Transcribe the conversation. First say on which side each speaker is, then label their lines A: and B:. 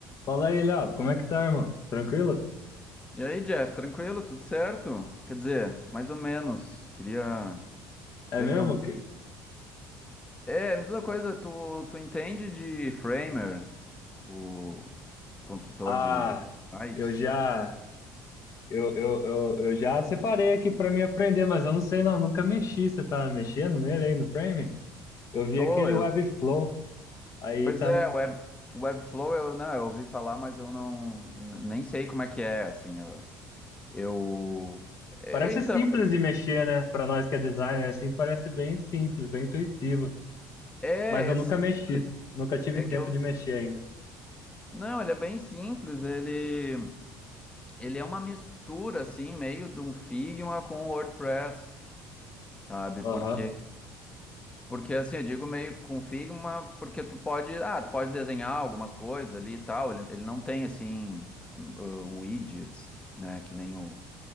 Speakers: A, on the left; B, on the left.
A: Fala aí, Léo, como é que tá, irmão? Tranquilo?
B: E aí, Jeff, tranquilo? Tudo certo? Quer dizer, mais ou menos. Queria, queria
A: É mesmo
B: ver um.
A: que
B: É, me diz uma coisa, tu, tu entende de Framer, o construtor
A: ah,
B: de, de sites?
A: eu já eu, eu, eu, eu já separei aqui pra me aprender, mas eu não sei não, nunca mexi, você tá mexendo nele aí no frame? Eu vi
B: Tô,
A: aquele
B: eu.
A: Webflow, aí
B: Pois
A: tá
B: é, web, Webflow, eu não, eu ouvi falar, mas eu não n- nem sei como é que é, assim. Eu, eu- é,
A: parece
B: então,
A: simples de mexer, né? Pra nós que é designer assim, parece bem simples, bem intuitivo,
B: é,
A: mas eu
B: é
A: nunca
B: simples.
A: mexi, nunca tive
B: É
A: tempo
B: que eu.
A: de mexer ainda.
B: Não, ele é bem simples. Ele Ele é uma mistura, assim, meio de um Figma com o WordPress, sabe?
A: Aham,
B: Porque, porque assim, eu digo meio com Figma, porque tu pode, ah, tu pode desenhar algumas coisas ali e tal. Ele, ele não tem, assim, uh, widgets, né? Que nem o,